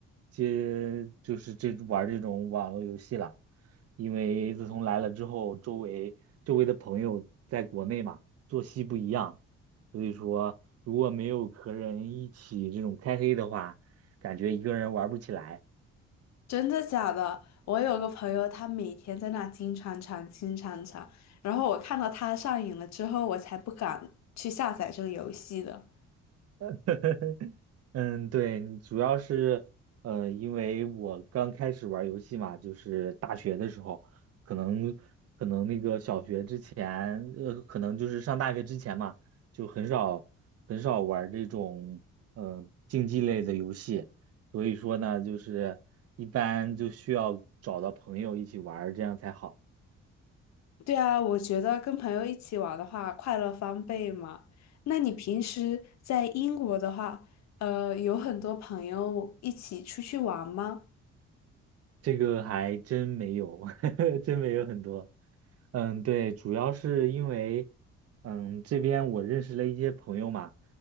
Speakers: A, on the right; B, on the left.
A: 接就是这玩儿这种网络游戏了，因为自从来了之后，周围周围的朋友在国内嘛，作息不一样，所以说如果没有和人一起这种开黑的话，感觉一个人玩不起来。
B: 真的假的？我有个朋友，他每天在那金铲铲、金铲铲，然后我看到他上瘾了之后，我才不敢去下载这个游戏的。
A: <laughs> 嗯，对，主要是呃，因为我刚开始玩游戏嘛，就是大学的时候，可能可能小学之前，呃，可能就是上大学之前嘛，就很少很少玩这种呃竞技类的游戏，所以说呢，就是一般就需要找到朋友一起玩儿这样才好。
B: 对啊，我觉得跟朋友一起玩的话，快乐翻倍嘛。那你平时在英国的话，呃，有很多朋友一起出去玩吗？
A: 这个还真没有，<laughs> 真没有很多。嗯，对，主要是因为，嗯，这边我认识了一些朋友嘛，